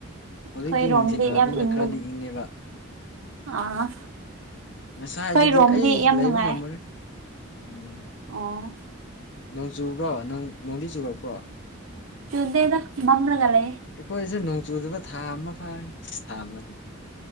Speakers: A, on the left; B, on the right.
A: ꯍꯧꯖꯤꯛꯇꯤ
B: ꯑꯩꯈꯣꯏꯔꯣꯝꯗꯤ
A: ꯅꯨꯡꯊꯤꯟ ꯑꯣꯏꯕꯅꯤꯅ
B: ꯌꯥꯝ ꯏꯪꯕꯒꯤ
A: ꯈꯔꯗꯤ ꯏꯪꯉꯦꯕ
B: ꯑꯥ
A: ꯉꯁꯥꯏꯗꯗꯤ
B: ꯑꯩꯈꯣꯏꯔꯣꯝꯗꯤ
A: ꯑꯩ
B: ꯌꯥꯝ
A: ꯂꯩꯕ
B: ꯅꯨꯡꯉꯥꯏ
A: ꯉꯝꯃꯔꯣꯏ ꯎꯝ
B: ꯑꯣ
A: ꯅꯣꯡ ꯆꯨꯕ꯭ꯔꯣ ꯅꯣꯡ ꯅꯣꯡꯗꯤ ꯆꯨꯔꯛꯄ꯭ꯔꯣ
B: ꯆꯨꯗꯦꯗ ꯃꯝꯔꯒ ꯂꯩ
A: ꯑꯩꯈꯣꯏꯁꯨ ꯅꯣꯡ ꯆꯨꯗꯕ ꯊꯥ ꯑꯃ ꯐꯥꯔꯦ ꯊꯥꯕꯗꯤ